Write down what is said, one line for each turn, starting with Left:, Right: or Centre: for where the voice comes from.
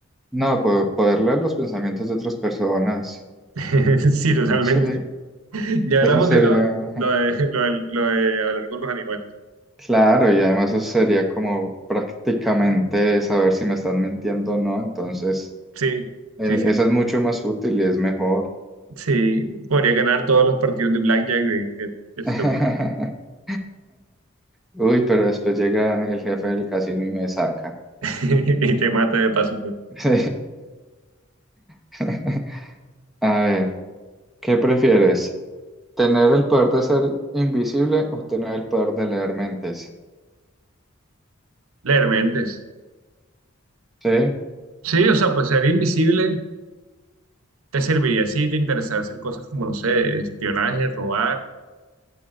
Centre: no, po- poder leer los pensamientos de otras personas.
Right: <laughs> Sí, totalmente.
Centre: Sí,
Right: Ya
Centre: eso
Right: hablamos
Centre: sería.
Right: de lo, lo de,
Centre: <laughs>
Right: lo de- lo de hablar con los animales.
Centre: Claro, y además eso sería como prácticamente saber si me están mintiendo o no, entonces
Right: Sí,
Centre: eh,
Right: sí, sí.
Centre: esa es mucho más útil y es mejor.
Right: Sí, podría ganar todos los partidos de Blackjack de- que, que se
Centre: <laughs>
Right: te ocurre.
Centre: Uy, pero después llega el jefe del casino y me saca.
Right: <laughs> Y te mata de paso. todo.
Centre: Sí. <laughs> A ver, ¿qué prefieres? ¿Tener el poder de ser invisible o tener el poder de leer mentes?
Right: Leer mentes.
Centre: Sí,
Right: Sí, o sea, pues ser invisible te serviría si te interesara hacer cosas como, no sé, espionaje, robar. En